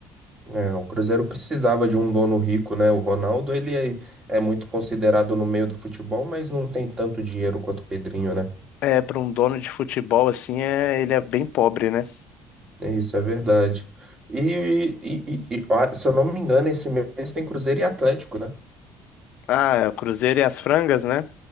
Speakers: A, on the right; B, on the left.
A: É, o Cruzeiro precisava de um dono rico, né? O Ronaldo, ele é, é muito considerado no meio do futebol, mas não tem tanto dinheiro quanto o Pedrinho, né?
B: É, para um dono de futebol assim, é, ele é bem pobre, né?
A: É Isso é verdade. E, e- e- e- ó, se eu não me engano, esse mês tem Cruzeiro e Atlético, né?
B: Ah, o Cruzeiro e as Frangas, né?